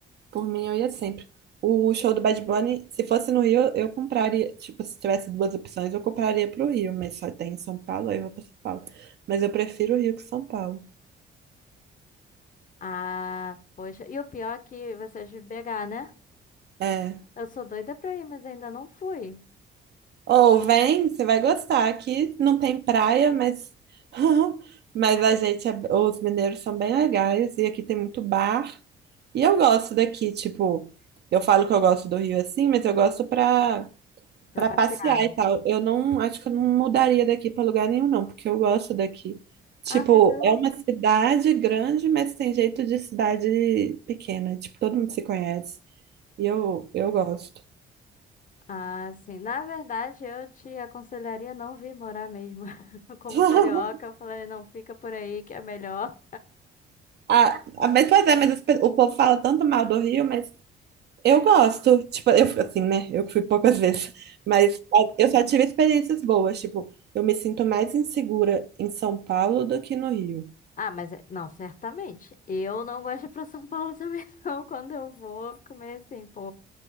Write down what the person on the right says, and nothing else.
Por mim, eu ia sempre. O show do Bad Bunny, se fosse no Rio, eu compraria, tipo, se tivesse duas opções, eu compraria pro Rio, mas só tem em São Paulo, aí eu vou pra São Paulo. Mas eu prefiro o Rio que São Paulo.
É.
Ou vem, você vai gostar. Aqui não tem praia, mas <laughs> mas a gente, é- os mineiros são bem legais e aqui tem muito bar. E eu gosto daqui, tipo, eu falo que eu gosto do Rio assim, mas eu gosto pra
para
passear
e tal. Eu não, acho que eu não mudaria daqui pra lugar nenhum não, porque eu gosto daqui. Tipo,
é uma cidade grande, mas tem jeito de cidade pequena, tipo, todo mundo se conhece. E eu eu gosto.
<laughs>
Ah, ah, mas pois é, mas as pe- o povo fala tanto mal do Rio, mas eu gosto. Tipo, eu fico assim, né? Eu que fui poucas <laughs> vezes, mas ah, eu só tive experiências boas. Tipo, eu me sinto mais insegura em São Paulo do que no Rio.